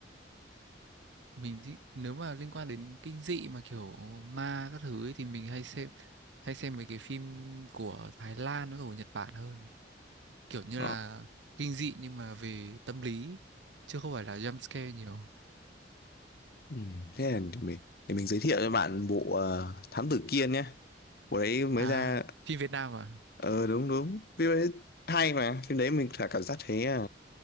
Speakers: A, on the right; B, on the left.
A: mình thì nếu mà liên quan đến kinh dị mà kiểu ma các thứ ấy, thì mình hay xem hay xem mấy cái phim của Thái Lan với cả của Nhật Bản hơn kiểu như
B: Ờ.
A: là kinh dị nhưng mà về tâm lý chứ không phải là jump scare nhiều
B: Ừ, thế là để mình, để mình giới thiệu cho bạn bộ ờ, Thám Tử Kiên nhé. Bộ đấy mới
A: à
B: ra
A: phim Việt Nam à
B: ờ đúng đúng phim đấy hay mà phim đấy mình cả cảm giác thấy à,